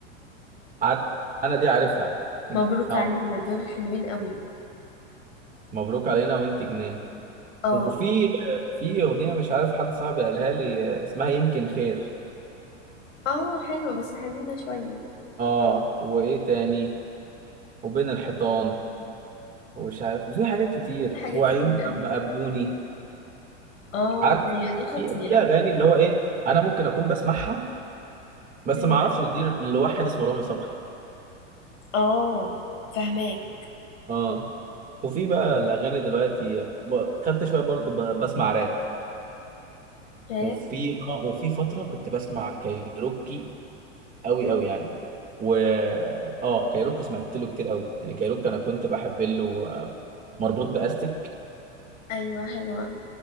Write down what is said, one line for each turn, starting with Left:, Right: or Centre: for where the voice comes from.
Right: عارف انا دي عارفها
Left: ومبروك
Right: اه
Left: علينا دول حلوين قوي
Right: مبروك علينا وانت جنان
Left: اه
Right: وفي في اغنيه مش عارف حد صاحبي قالها لي آه، اسمها يمكن خير
Left: اه حلوه بس حزينه شويه
Right: اه وايه تاني وبين الحيطان ومش عارف وفي حاجات كتير
Left: في حاجات
Right: وعيون
Left: كتير قوي
Right: لما قابلوني
Left: اه
Right: عارف
Left: هي دي خطيره
Right: في في اغاني اللي هو ايه انا ممكن اكون بسمعها بس
Left: مم.
Right: ما اعرفش ان دي لواحد اسمه رامي صبري
Left: اه فهماك
Right: اه وفي بقى الاغاني دلوقتي ب... خدت شويه برضو ب... بسمع راب
Left: راب
Right: وفي اه وفي فتره كنت بسمع كايروكي قوي قوي يعني و اه كايروكي سمعت له كتير قوي يعني كايروكي انا كنت بحب له آه، مربوط باستك
Left: ايوه حلوه